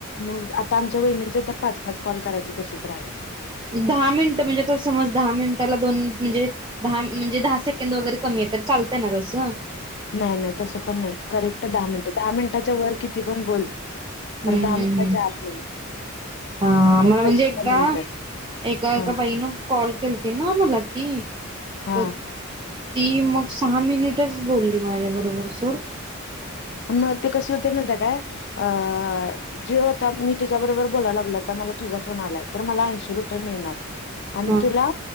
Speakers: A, on the left; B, on the right.
A: मग आता आमच्या वहिनंच तर पाच, पाच कॉल करायचे तसेच राहिल्यात.
B: दहा मिनिट म्हणजे त समज दहा मिनिटाला दोन म्हणजे द म्हणजे दहा सेकंड वगैरे क तर चालत ना तसं.
A: नाही नाही. तसं पण नाही. करेक्ट दहा मिनिट, दहा मिनिटाच्या वर किती पण बोल. खरं
B: हम्म
A: दहा
B: हम्म
A: मिनिटाच्या
B: हम्म.
A: आत नाही
B: हा
A: मग
B: मला म्हणजे
A: पैसे
B: एकदा
A: कमी येतात
B: एका, एका
A: हा
B: बाई ना कॉल केलती ना मला ती.
A: हा.
B: तर ती मग सहा मिनिटच बोलली माझ्या बरोबर सोड.
A: मग ते कसं होतंय माहिती हाय काय, अ जे होतात मी तुझ्या बरोबर बोलायला लागलोय आता मला तुझा फोन आलाय, तर मला ऐंशी रुपये मिळणार आणि
B: हा
A: तुला